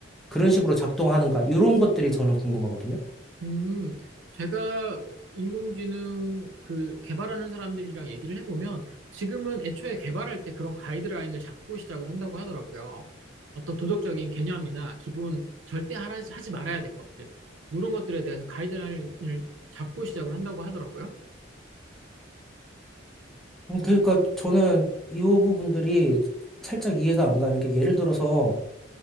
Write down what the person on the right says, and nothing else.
음, 제가 인공지능 그 개발하는 사람들이랑 얘기를 해보면 지금은 애초에 개발할 때 그런 가이드라인을 잡고 시작을 한다고 하더라고요. 어떤 도덕적인 개념이나 기본 절대 하라- 하지 말아야 될 것들, 이런 것들에 대해서 가이드라인을 잡고 시작을 한다고 하더라고요.